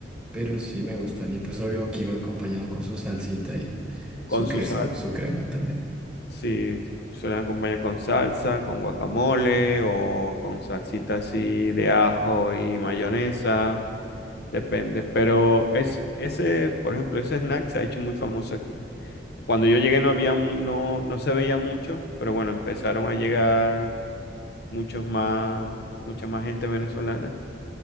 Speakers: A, in the centre; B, on the left.
A: Pero sí me gustan. Y pues obvio aquí va acompañado con su salsita y su
B: con
A: queso,
B: su salsa.
A: su crema también.
B: Sí, suelen acompañar con salsa, con guacamole o con salsita así de ajo y mayonesa. Depende. Pero es, ese, por ejemplo, ese snack se ha hecho muy famoso aquí. Cuando yo llegué no había, mu- no, no se veía mucho, pero bueno, empezaron a llegar muchos más, mucha más gente venezolana.